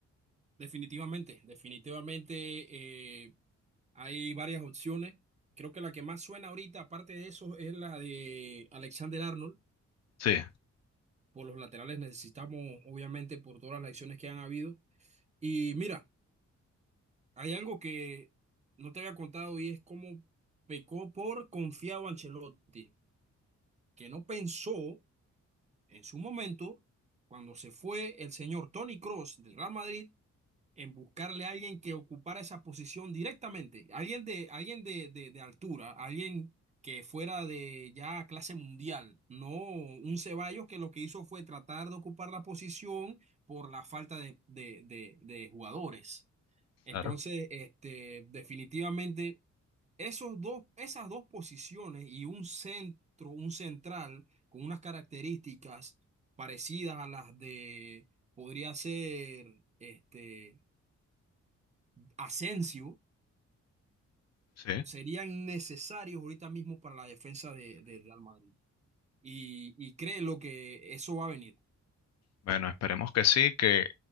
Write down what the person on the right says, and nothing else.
Definitivamente, definitivamente eh, hay varias opciones. Creo que la que más suena ahorita, aparte de eso, es la de Alexander Arnold.
Por los laterales necesitamos, obviamente, por todas las lesiones que han habido. Y mira, hay algo que no te había contado y es cómo pecó por confiado Ancelotti, que no pensó En su momento, cuando se fue el señor Tony Cross del Real Madrid, en buscarle a alguien que ocupara esa posición directamente, alguien de, alguien de, de, de altura, alguien que fuera de ya clase mundial, no un Ceballos que lo que hizo fue tratar de ocupar la posición por la falta de, de, de, de jugadores. Entonces,
este, definitivamente esos dos, esas dos posiciones y un centro, un central con unas características parecidas a las de, podría ser, este, Asensio,
serían necesarios ahorita mismo para la defensa de, de Real Madrid. Y, y créelo que eso va a venir.